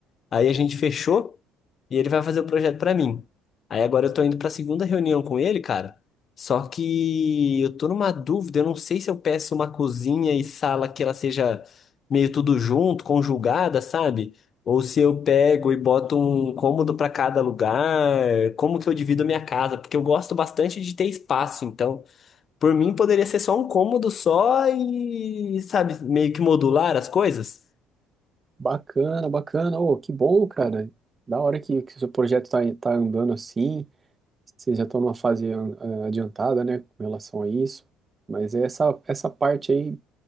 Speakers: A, on the left; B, on the right.
A: Aí a gente fechou e ele vai fazer o projeto pra mim. Aí agora eu tô indo pra segunda reunião com ele, cara. Só que eu tô numa dúvida, eu não sei se eu peço uma cozinha e sala que ela seja meio tudo junto, conjugada, sabe? Ou se eu pego e boto um cômodo pra cada lugar, como que eu divido a minha casa? Porque eu gosto bastante de ter espaço, então, por mim poderia ser só um cômodo só e, sabe, meio que modular as coisas.
B: Bacana, bacana. Oh, que bom, cara. Da hora que, que seu projeto tá, tá andando assim. Vocês já estão numa fase ah, adiantada, né, com relação a isso. Mas essa, essa parte aí